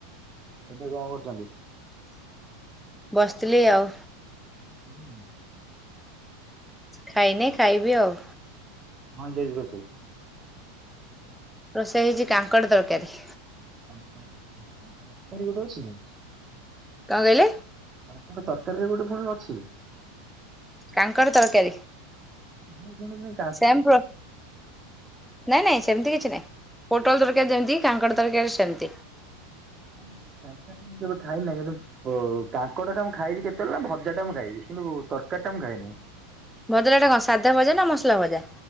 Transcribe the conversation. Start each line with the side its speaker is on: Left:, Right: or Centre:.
Right: ଏବେ କଅଁ କରୁଛନ୍ତି?
Centre: ବସିଥିଲି ଆଉ।
Right: ହୁଁ।
Centre: ଖାଇନେଇ ଖାଇବି ଆଉ।
Right: କଣ ହେଇଚି ଆଜି ରୋଷେଇ?
Centre: ରୋଷେଇ ହେଇଚି କାଙ୍କଡ଼ ତରକାରୀ।
Right: କାଙ୍କଡ଼ ଗୋଟେ ଅଛିକି?
Centre: କଁ କଇଲେ?
Right: କାଙ୍କଡ଼ ତରକାରୀରେ ଗୋଟେ ଫୁଣି ଅଛି।
Centre: କାଙ୍କଡ଼ ତରକାରୀ।
Right: ମୁଁ କଣ ଯା
Centre: ସେମ୍ ପ୍ର ନାଇଁ ନାଇଁ ସେମିତି କିଛି ନାଇଁ ପୋଟଳ ତରକାରୀ ଯେମିତି କାଙ୍କଡ଼ ତରକାରୀ ସେମିତି।
Right: ମୁଁ ତରକାରୀଟା ମୁଁ କେବେ ଖାଇନାହିଁ କିନ୍ତୁ ଓ କାଙ୍କଡ଼ଟା ମୁଁ ଖାଇଚି କେତେବେଳେନା ଭଜାଟା ମୁଁ ଖାଇଚି କିନ୍ତୁ ତରକାରୀଟା ମୁଁ ଖାଇନି।
Centre: ଭଜାଟା ହେଟା କଣ ସାଧା ଭଜାନା ମସଲା ଭଜା?